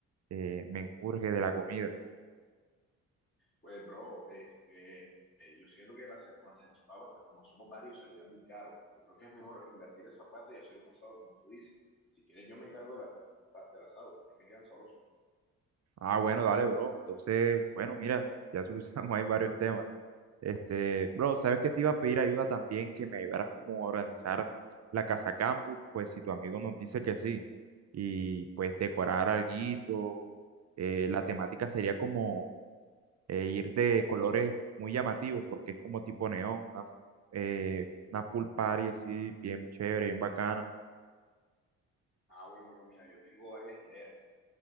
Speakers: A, on the right; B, on the left.
A: eh, menjurje de la comida.
B: Pues, bro, este, eh, yo siento que la, sa- con la salchipapa, pues como somos varios, saldrá muy caro. Yo creo que es mejor invertir esa plata y hacer un asado, como tú dices. Si quieres, yo me encargo de la- del asado, a mí me quedan sabrosos.
A: Ah, bueno, dale, bro. Entonces, bueno, mira, ya <laughs> solucionamos ahí varios temas. Este, bro, sabes que te iba a pedir ayuda también, que me ayudaras como a organizar la casa campus, pues si tu amigo nos dice que sí, y pues decorar alguito, eh, la temática sería como eh, ir de colores muy llamativos, porque es como tipo neón, una, eh, una pool party así, bien chévere, bien bacana.
B: Ah, bueno, bro, mira, yo tengo varias ideas.